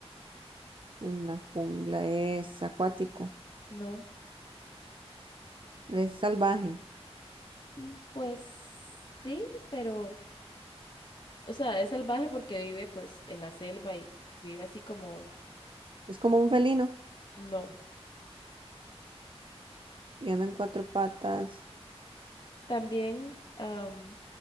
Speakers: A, on the right (about 50°); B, on the left (about 45°).
A: En la jungla es acuático,
B: ¿no?
A: es salvaje,
B: Mm, Pues sí, pero, o sea, es salvaje porque vive pues en la selva y vive así como, en-
A: es como un felino
B: no.
A: y anda en cuatro patas.
B: También am,